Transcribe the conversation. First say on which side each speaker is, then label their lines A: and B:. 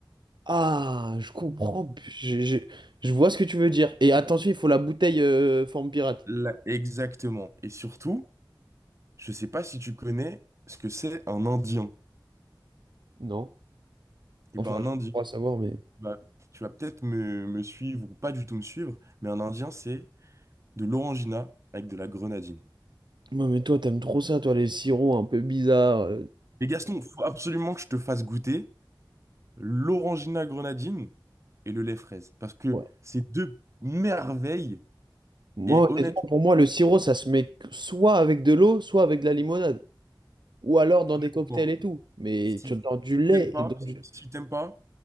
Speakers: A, on the right (about 65°); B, on the right (about 35°).
A: Ah, je comprends, je, je- je vois ce que tu veux dire. Et attention, il faut la bouteille euh, forme pirate.
B: Là, exactement. Et surtout, je sais pas si tu connais ce que c'est un Indien.
A: Non?
B: Et
A: Enfin,
B: ben un
A: je
B: Indien,
A: crois savoir, mais.
B: tu vas, tu vas peut-être me, me suivre ou pas du tout me suivre, mais un Indien, c'est de l'Orangina avec de la grenadine.
A: Ouais, mais toi, t'aimes trop ça, toi, les sirops un peu bizarres.
B: Mais Gaston, faut absolument que je te fasse goûter l'Orangina grenadine et le lait fraise. Parce que
A: Ouais.
B: c'est deux merveilles.
A: Moi,
B: Et honnête-
A: honnêtement, pour moi, le sirop, ça se met soit avec de l'eau, soit avec de la limonade. Ou alors dans
B: honnêtement,
A: des cocktails et tout. Mais
B: si,
A: tu
B: si
A: dans du lait
B: t'aimes pas,
A: et dans du-
B: si si t'aimes pas,